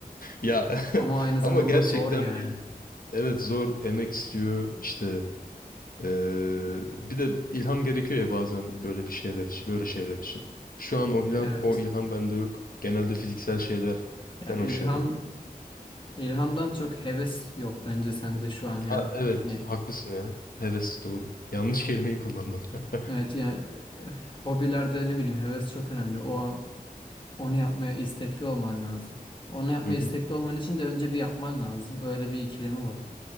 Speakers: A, on the left; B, on the left.
A: Ya <laughs>
B: Ama aynı zamanda
A: ama gerçekten
B: zor yani.
A: Evet zor emek istiyor işte eee, bir de ilham gerekiyor ya bazen böyle bir şeyler için böyle şeyler için. Şu an o ilham
B: Evet.
A: o ilham bende yok. Genelde fiziksel şeylerden
B: Ya ilham
A: hoşlanıyorum.
B: ilhamdan çok heves yok bence sende şu an ya.
A: Aa, evet
B: Hani
A: haklısın ya. Heves doğru. Yanlış kelimeyi kullandım. <laughs>
B: Evet yani eh, hobilerde ne bileyim heves çok önemli. O an onu yapmaya istekli olman lazım. Onu yapmaya
A: Hı hı.
B: istekli olman için de önce bir yapman lazım. Öyle bir ikilemi var.